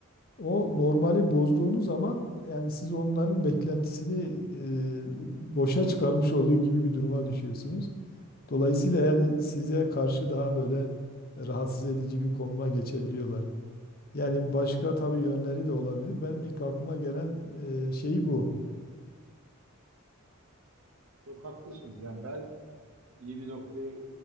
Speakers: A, on the left; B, on the right.
A: O normali bozduğunuz zaman yani siz onların beklentisini e, boşa çıkarmış oluyor gibi bir duruma düşüyorsunuz. Dolayısıyla yani size karşı daha böyle rahatsız edici bir konuma geçebiliyorlar. Yani başka tabii yönleri de olabilir. Benim ilk aklıma gelen e, şey bu.
B: Çok haklısınız. Yani ben iyi bir noktaya